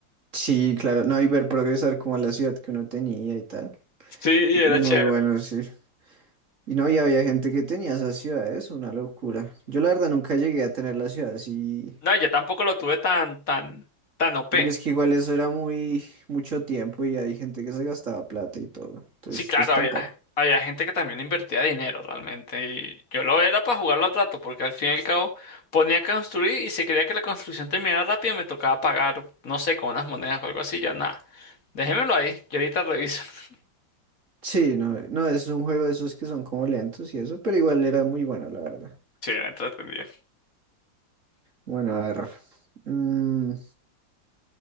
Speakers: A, on the right; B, on the left.
A: Sí, claro. No, y ver progresar como a la ciudad que uno tenía y tal.
B: Sí,
A: Muy
B: era chévere.
A: bueno, sí. Y no, y había gente que tenía esas ciudades, una locura. Yo la verdad nunca llegué a tener las ciudades y
B: No, yo tampoco lo tuve tan, tan, tan OP.
A: Porque es que igual eso era muy mucho tiempo y hay gente que se gastaba plata y todo. Entonces,
B: Sí, claro,
A: pues
B: había,
A: tampoco.
B: había gente que también invertía dinero realmente. Y yo lo era para jugarlo al rato, porque al fin y al cabo ponía a construir y si quería que la construcción terminara rápido, me tocaba pagar, no sé, con unas monedas o algo así, ya nada. Déjemelo ahí, yo ahorita reviso. <laughs>
A: Sí, no, no, es un juego de esos que son como lentos y eso, pero igual era muy bueno, la verdad.
B: Sí, era entretenido.
A: Bueno, a ver. mm,